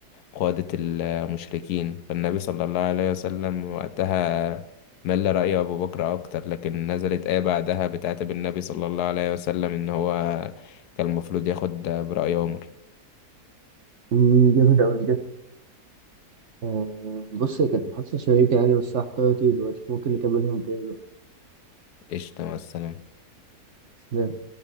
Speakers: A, on the left; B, on the right.
A: قادة المشركين فالنبي صلى الله عليه وسلم وقتها مل رأي أبو بكر أكتر لكن نزلت آية بعدها بتعاتب النبي صلى الله عليه وسلم إن هو كان المفروض ياخد برأي عمر
B: أمم، جامد أوي بجد آه، بص هي كانت محادثة شيقة يعني بس هحتار دلوقتي فممكن نكمل يوم تاني بقى
A: قشطة مع السلامة
B: سلام.